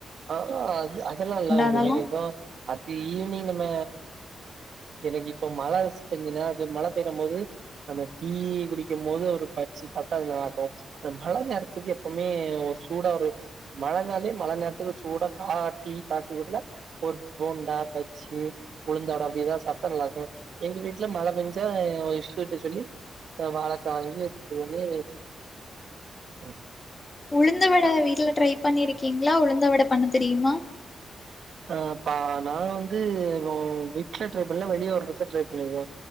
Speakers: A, on the right; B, on the left.
A: ஆஆ அது அதெல்லா இல்லாம எப்டிங
B: அதெல்லா
A: என்னைய பா அப்டி ஈவினிங் நம்ம எனக்கு இப்போ மழ கொஞ்ச நேர மழ பெய்ரம் போது அந்த டீ குடிக்கும் போது ஒரு பஜ்ஜி சாப்ட்டா அது நல்லார்க்கூ அந்த மழ நேர துக்கு எப்பவ்மே ஒரு சூடா ஒரு மழந்நாலே மழ நேரத்துக்கு சூடா கா டீ காபி குடிக்லா ஒரு போண்டா பஜ்ஜி உளுந்தவட அப்டி எதாவ்து சாப்ட்டா நல்லார்கூ எங்க வீட்ல மழ பெஞ்சா ஏ ஒய்ஃப் கிட்ட சொல்லி வாழக்கா வாங்கி இது பண்ணி ம்
B: உளுந்த வட வீட்ல ட்ரை பண்ணிருக்கீங்ளா உளுந்த வட பண்ண தெரியுமா
A: ஆ ப்பா நா வந்து நா விட்ல ட்ரை பண்ணல வெளிய ஒரு எடத்துல ட்ரை பண்ணிருக்கே